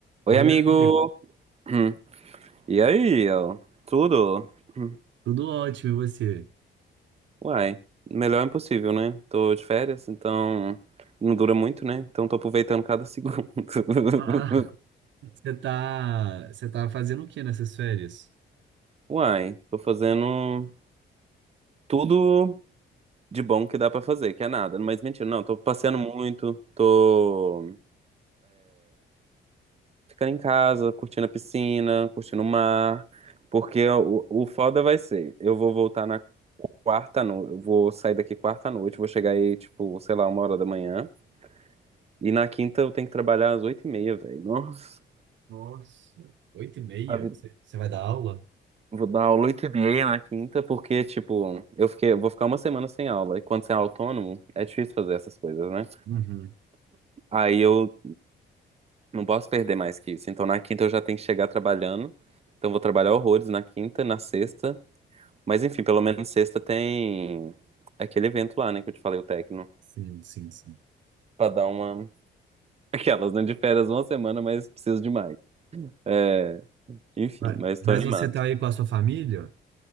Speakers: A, on the right (about 30°); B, on the right (about 70°).
A: Oi,
B: Oi,
A: amigo!
B: amigo.
A: Hum. E aí, ó? Tudo? Hum.
B: Tudo ótimo, e você?
A: Uai, melhor é impossível, né? Tô de férias, então não dura muito, né? Então tô aproveitando cada segundo. <laughs>
B: Ah, você tá, você tá fazendo o que nessas férias?
A: Uai, tô fazendo tudo de bom que dá pra fazer, que é nada. Mas mentira, não, tô passeando muito, tô ficando em casa, curtindo a piscina, curtindo o mar, porque o, o foda vai ser, eu vou voltar na quarta noite. Eu vou sair daqui quarta à noite, vou chegar aí, tipo, sei lá, uma hora da manhã. E na quinta eu tenho que trabalhar às oito e meia, velho. Nossa,
B: Nossa, oito e meia?
A: a vida-
B: Você, você vai dar aula?
A: vou dar aula oito e meia na quinta, porque, tipo, eu fiquei, eu vou ficar uma semana sem aula. E quando você é autônomo, é difícil fazer essas coisas, né?
B: Uhum.
A: Aí eu não posso perder mais que isso. Então na quinta eu já tenho que chegar trabalhando. Então eu vou trabalhar horrores na quinta, na sexta. Mas enfim, pelo menos sexta tem aquele evento lá, né, que eu te falei, o Tecno.
B: Sim, sim, sim.
A: Pra dar uma Aquelas, né? De férias uma semana, mas preciso demais. É, enfim,
B: Vai.
A: mas
B: Mas
A: tô animado.
B: você tá aí com a sua família?